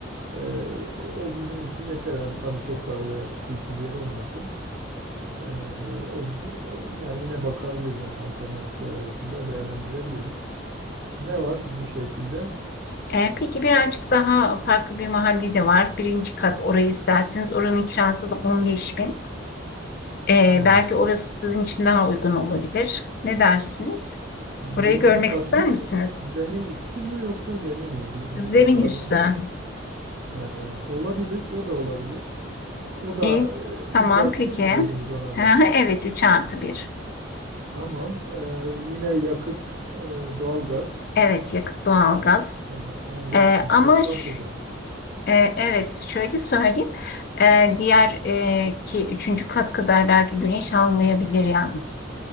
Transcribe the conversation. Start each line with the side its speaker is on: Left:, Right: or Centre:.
Right: Ee, o bizim için yeter. Hani tabii çok da öyle kuytu bir yer olmasın. Ee, o, o- yani yine bakabiliriz hani alternatifler arasında değerlendirebiliriz. Ne var bu şekilde?
Left: E, peki birazcık daha farklı bir mahalle de var. Birinci kat orayı isterseniz oranın kirası da 15 bin. E,
Right: Hmm.
Left: belki orası sizin için daha uygun olabilir. Ne dersiniz?
Right: Birinci
Left: Orayı görmek
Right: kat
Left: ister
Right: mı,
Left: misiniz?
Right: zemin üstü mü yoksa zemin mi? Birinci
Left: Zemin
Right: kat bazen
Left: üstü.
Right: farklı. Ee, olabilir, o da olabilir. O da
Left: İyi. Tamam
Right: e, 3 artı
Left: peki.
Right: bir mi dediniz ona
Left: Ha,
Right: da?
Left: evet 3 artı 1.
Right: Tamam. Ee, yine yakıt, e, doğalgaz.
Left: Evet yakıt doğalgaz.
Right: Ee, 15
Left: E,
Right: bin
Left: ama
Right: çok fark
Left: ş-
Right: ediyormuş.
Left: e, evet şöyle söyleyeyim. E, diğer e, ki üçüncü kat kadar belki güneş almayabilir yalnız.